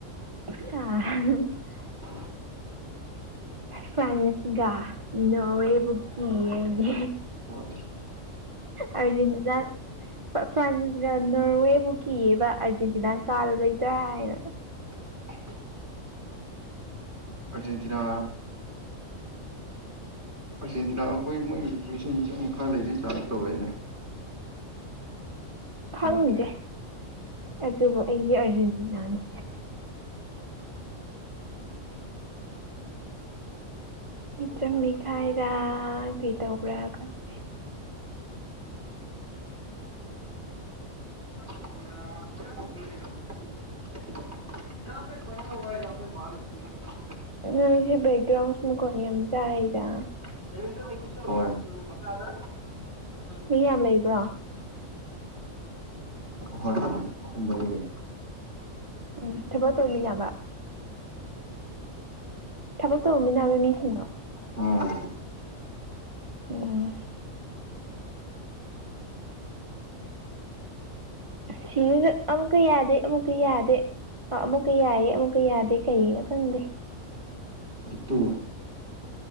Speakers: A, on the right (about 25°); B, on the right (about 55°).
A: ꯑꯥ
B: <unintelligible>
A: ꯐ꯭ꯔꯥꯟꯁꯒ ꯅꯣꯔꯋꯦꯕꯨ ꯀꯤꯌꯦ ꯗꯤ
B: <unintelligible> ꯋꯥꯗꯦ
A: ꯑꯔꯖꯤꯟꯇꯤꯅꯥ ꯐ꯭ꯔꯥꯟꯁꯒ ꯅꯣꯔꯋꯦꯕꯨ ꯀꯤꯌꯦꯕ ꯑꯥꯔꯖꯦꯟꯇꯤꯅꯥ ꯀꯥꯜꯂꯔꯣꯏꯗ꯭ꯔꯥ ꯍꯥꯏꯅ
B: <unintelligible> ꯑꯔꯖꯦꯟꯇꯤꯅꯥ ꯑꯥꯔꯖꯦꯟꯇꯤꯅꯥ ꯑꯩꯈꯣꯏ ꯃꯣꯏꯒꯤ ꯔꯤꯐ꯭ꯨꯔꯤꯁꯤ ꯃꯤꯆꯪ ꯃꯈꯥ ꯂꯩꯔꯤ ꯆꯥꯁꯨ ꯇꯧꯔꯛꯏꯦꯅꯦ
A: ꯈꯪꯗꯦ
B: ꯁꯤ ꯅꯠꯇꯦ
A: ꯑꯗꯨꯕꯨ ꯑꯩꯗꯤ ꯑꯥꯔꯖꯦꯟꯇꯤꯅꯥꯅꯤ ꯃꯤꯆꯪ ꯃꯤꯈꯥꯏꯔ ꯀꯩꯗꯧꯕ꯭ꯔꯥ ꯈꯪꯗꯦ
B: <unintelligible> <unintelligible>
A: ꯅꯣꯏꯁꯦ ꯕꯦꯛꯒ꯭ꯔꯥꯎꯟꯁ ꯃꯈꯈꯣꯟꯅꯤ ꯌꯥꯝ ꯆꯥꯏꯗ
B: <unintelligible>
A: ꯃꯤ ꯌꯥꯝ ꯂꯩꯕ꯭ꯔꯣ
B: ꯍꯣꯏ ꯑꯍꯨꯝ ꯃꯔꯤ ꯂꯩ
A: ꯎꯝ ꯊꯕꯛ
B: ꯎꯝ
A: ꯇꯧꯃꯤꯟꯅꯕ ꯊꯕꯛ ꯇꯧꯃꯤꯟꯅꯕ ꯃꯤꯁꯤꯡꯂꯣ
B: ꯎꯝ
A: ꯎꯝ ꯁꯤꯁꯨ ꯑꯃꯨꯛꯀ ꯌꯥꯗꯦ ꯑꯃꯨꯛꯀ ꯌꯥꯗꯦ ꯑꯥ ꯑꯃꯨꯛꯀ ꯌꯥꯏꯌꯦ ꯑꯃꯨꯛꯀ ꯌꯥꯗꯦ ꯀꯩꯒꯤꯅꯣ ꯈꯪꯗꯦ
B: ꯇꯨ